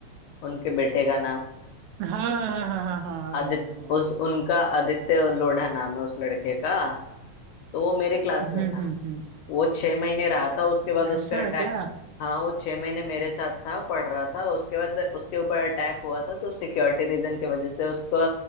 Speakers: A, on the left; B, on the right.
A: उनके बेटे का नाम
B: हाँ हाँ हाँ हाँ हाँ हाँ आदो
A: आदित्य
B: आदो हाँ
A: उस उनका आदित्य लोढ़ा नाम है उस लड़के का तो वो मेरी क्लास
B: हम्म
A: में था
B: हम्म हम्म
A: वो छह महीने रहा था उसके बाद उस
B: ऐसा
A: पे अटैक
B: है क्या
A: हाँ वो छह महीने मेरे साथ था पढ़ रहा था उसके बाद उसके ऊपर अटैक हुआ था तो सिक्योरिटी रीजन की वजह से उसको